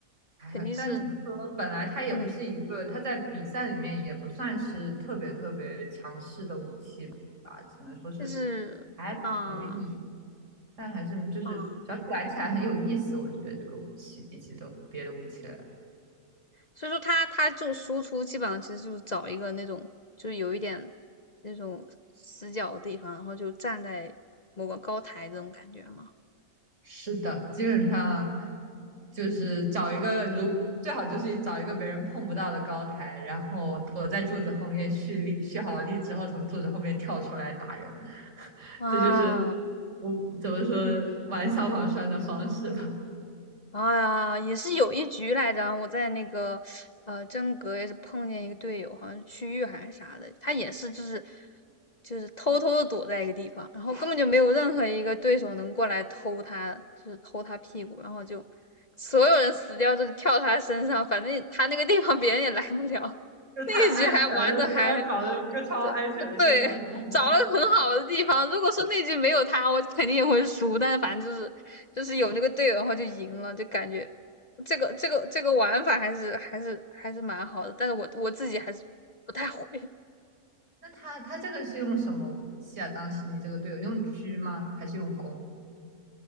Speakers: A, on the right (about 65°); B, on the left (about 40°).
A: 哎呀但怎么说，
B: 肯定是
A: 本来它也不是一个，
B: 嗯，
A: 它在比赛里面也不算是特别特别强势的武器吧，只能说是
B: 但是啊
A: 还可以。但还是就是，
B: 啊。
A: 主要是玩起来很有意思，我觉得这个武器比起都别的武器来。
B: 所以说他他就输出基本上其实就是找一个那种就是有一点那种死角的地方，然后就站在某个高台这种感觉嘛。
A: 是的，基本上就是找一个如最好就是找一个别人碰不到的高台，然后躲在柱子后面蓄力，蓄好力之后从柱子后面跳出来打人，
B: 啊，
A: 这就是我怎么说玩消防栓的方式吧。
B: 哎呀，也是有一局来着，我在那个呃真格也是碰见一个队友，好像是区域还是啥的，他也是就是就是偷偷的躲在一个地方，然后根本就没有任何一个对手能过来偷他，就是偷他屁股，然后就所有人死掉就跳他身上，反正他那个地方别人也来不了。<laughs>
A: 就太安全了，
B: 那一局还玩的还
A: 是吧？找了一个超安全的地方找的。
B: 对对，找了个很好的地方。如果说那局没有他，我肯定也会输。但是反正就是就是有那个队友，然后就赢了，就感觉这个这个这个玩法还是还是还是蛮好的。但是我我自己还是不太会。<laughs>
A: <laughs> 那他他这个是用什么武器啊？当时你这个队友用狙吗？还是用弓？